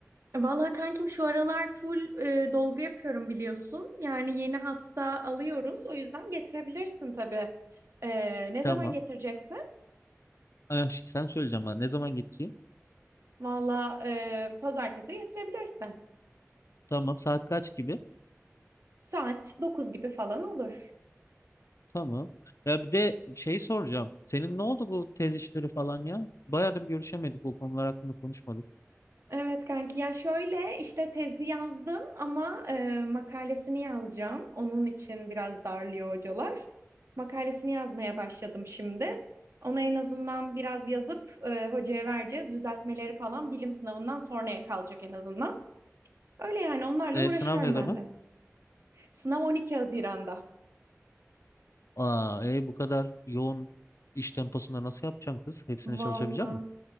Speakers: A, on the right (about 65°); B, on the left (about 70°).
A: Vallahi kankim şu aralar full e, dolgu yapıyorum biliyorsun. Yani yeni hasta alıyoruz. O yüzden getirebilirsin tabii. E, ne
B: Tamam.
A: zaman getireceksin?
B: Ah, işte sen söyleyeceğim bana ne zaman getireyim?
A: Vallahi e, pazartesi getirebilirsin.
B: Tamam saat kaç gibi?
A: Saat 9 gibi falan olur.
B: Tamam. Ya bir de şey soracağım. Senin ne oldu bu tez işleri falan ya? Bayağıdır görüşemedik. Bu konular hakkında konuşmadık.
A: Evet kanki ya şöyle işte tezi yazdım ama e, makalesini yazacağım. Onun için biraz darlıyor hocalar. Makalesini yazmaya başladım şimdi. Ona en azından biraz yazıp e, hocaya vereceğiz. Düzeltmeleri falan bilim sınavından sonraya kalacak en azından. Öyle yani onlarla
B: E,
A: uğraşıyorum
B: sınav ne zaman?
A: ben de. Sınav 12 Haziran'da.
B: Aa, e, bu kadar yoğun iş temposunda nasıl yapacaksın kız? Hepsine
A: Vallahi.
B: çalışabilecek misin?